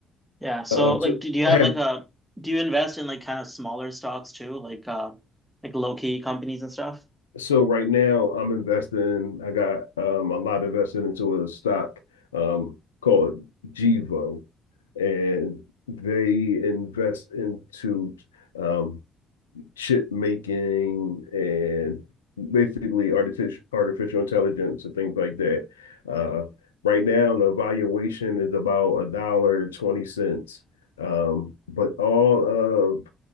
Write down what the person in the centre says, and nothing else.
Yeah. So
like
do, do you have
like a do you invest in like kind of smaller stocks too? Like uh like low key companies and stuff?